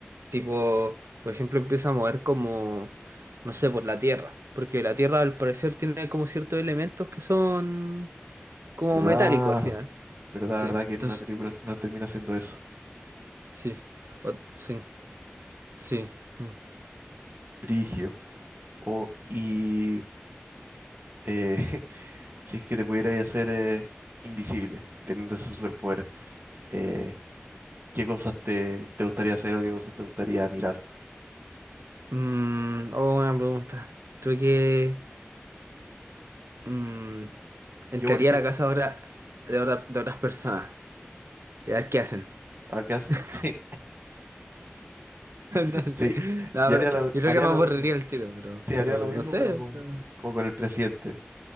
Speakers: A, on the right (about 85°); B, on the right (about 50°).
A: Tipo, por ejemplo, empieza a mover como, no sé, por la tierra, porque la tierra al parecer tiene como ciertos elementos que son como
B: ¿Verdad?
A: metálicos al final.
B: ¿Verdad,
A: Sí,
B: verdad que
A: entonces,
B: en una película al final termina siendo eso?
A: sí, o- sí, sí. mm.
B: Brigio. O, y eh, <laughs> si es que te pudierais hacer eh, invisible, teniendo ese superpoder, eh, ¿qué cosas te, te gustaría hacer o qué cosas te gustaría mirar?
A: Mm, oh, buena pregunta. Creo que... mm, entraría
B: Yo, por ejemplo,
A: a la casa de, otra- de, otra- de otras personas. Ya, ¿qué hacen?
B: A ver qué hacen.
A: <laughs>
B: <laughs> Sí, <laughs>
A: No
B: sí.
A: sé. No,
B: Yo
A: pero
B: haría lo,
A: yo creo
B: haría
A: que me
B: lo
A: aburriría
B: mismo.
A: el tiro, pero,
B: Sí, haría
A: pero
B: lo mismo,
A: no sé.
B: pero
A: o
B: con,
A: sea,
B: como con el presidente.